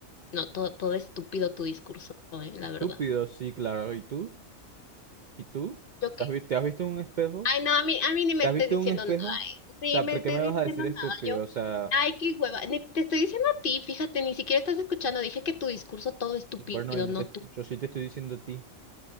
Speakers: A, on the left; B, on the right.
A: No, todo, todo estúpido tu discurso, eh, la
B: Estúpido,
A: verdad.
B: sí, claro. ¿Y tú? ¿Y tú?
A: ¿Yo qué?
B: ¿Te has vi- te has visto en un espejo?
A: Ay, no, a mí, a mí ni me
B: ¿Te
A: estés
B: has visto
A: diciendo
B: en un espejo?
A: nada.
B: O
A: Ay, ni
B: sea,
A: me
B: ¿por
A: estés
B: qué me
A: diciendo
B: vas a decir
A: nada.
B: estúpido?
A: Yo,
B: O sea,
A: ay, qué hueva. Ni te estoy diciendo a ti, fíjate, ni siquiera estás escuchando. Dije que tu discurso todo estúpido,
B: bueno, yo,
A: no
B: te-
A: tú.
B: yo sí te estoy diciendo a ti.